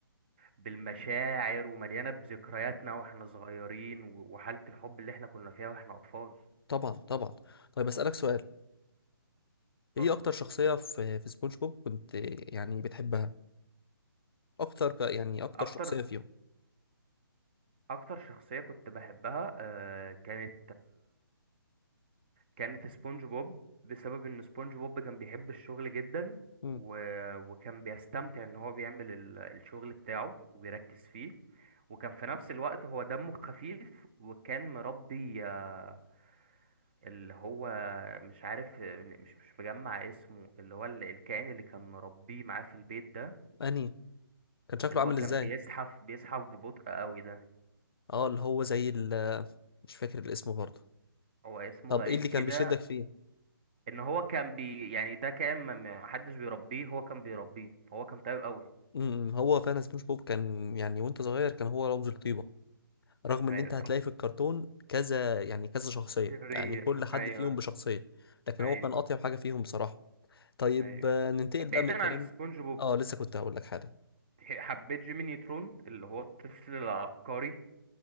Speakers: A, on the right (about 25°); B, on the left (about 80°).
A: بالمشاعر ومليانة بذكرياتنا واحنا صغيرين و... وحالة الحب اللي احنا كنا فيها واحنا أطفال
B: طبعا طبعا طيب هسالك سؤال
A: اتفضل.
B: ايه اكتر شخصيه في في سبونج بوب كنت يعني بتحبها اكتر ك- يعني اكتر
A: أكتر
B: شخصيه فيهم
A: أكتر شخصية كنت بحبها آه كانت كانت سبونج بوب بسبب ان سبونج بوب كان بيحب الشغل جدا
B: امم
A: و... وكان بيستمتع ان هو بيعمل ال- الشغل بتاعه وبيركز فيه وكان في نفس الوقت هو دمه خفيف وكان مربي آه، اللي هو مش عارف مش مش مجمع اسمه اللي هو ال- الكائن اللي كان مربيه معاه في البيت ده
B: انهي كان شكله
A: اللي
B: عامل
A: هو كان
B: ازاي
A: بيزحف بيزحف ببطء قوي ده
B: اه اللي هو زي ال مش فاكر الاسم برضه
A: هو اسمه
B: طب
A: غريب
B: ايه اللي كان
A: كده
B: بيشدك فيه
A: ان هو كان بي يعني ده كان ما ما حدش بيربيه هو كان بيربيه فهو كان طيب قوي
B: امم هو فعلا سبونج بوب كان يعني وانت صغير كان هو رمز الطيبة رغم ان
A: ايوه
B: انت هتلاقي
A: طب
B: في الكرتون كذا يعني كذا شخصية
A: شرير
B: يعني كل حد
A: ايوه
B: فيهم بشخصية لكن
A: ايوه
B: هو كان اطيب حاجة فيهم بصراحة طيب
A: ايوه
B: آه، ننتقل
A: طب
B: بقى
A: بعيدا
B: من الكلام
A: عن سبونج بوب
B: اه لسه كنت هقول لك حاجة
A: تح- حبيت جيمي نيوترون اللي هو الطفل العبقري